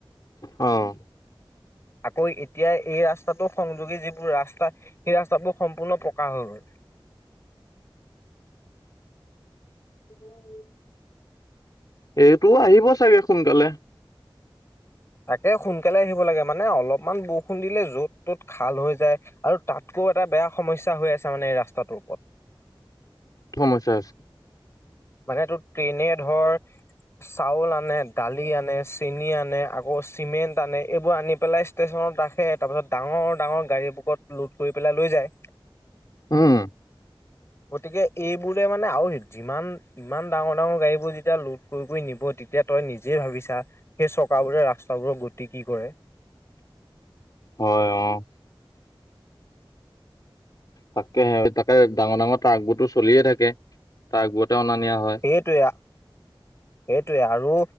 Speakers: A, on the left; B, on the left.
A: অহ
B: <inaudible> আকৌ এতিয়া এই ৰাস্তাটো সংযোগী যিবোৰ ৰাস্তা সেই ৰাস্তাবোৰ সম্পূৰ্ণ পকা হৈ গল
A: <inaudible> এইটো আহিব চাগে সোনকালে
B: তাকে সোনকালে আহিব লাগে মানে অলপমান বৰষুণ দিলে য'ত ত'ত খাল হৈ যায় আৰু তাতকৈ এটা বেয়া সমস্যা হৈ আছে মানে এই ৰাস্তাটোৰ ওপৰত
A: কি সমস্যা হৈছে
B: মানে তোৰ ট্ৰেইনে ধৰ চাউল আনে দালি আনে চেনি আনে আকৌ চিমেণ্ট আনে এইবোৰ আনি পেলাই ষ্টেশচনত ৰাখে তাৰপিছত ডাঙৰ ডাঙৰ গাড়ী বুকত লোড কৰি পেলাই লৈ যায়
A: উম
B: গতিকে এইবোৰে মানে আও যিমান ইমান ডাঙৰ ডাঙৰ গাড়ীবোৰ যেতিয়া লোড কৰি কৰি নিব তেতিয়া তই নিজেই ভাবিছা সেই চকাবোৰে ৰাস্তাবোৰৰ গতি কি কৰে
A: হয় অ' তাকেহে তাকে ডাঙৰ ডাঙৰ ট্ৰগবোৰটো চলিয়ে থাকে ট্ৰগবোৰতে অনা নিয়া হয়
B: সেইটোৱে সেইটোৱেই আৰু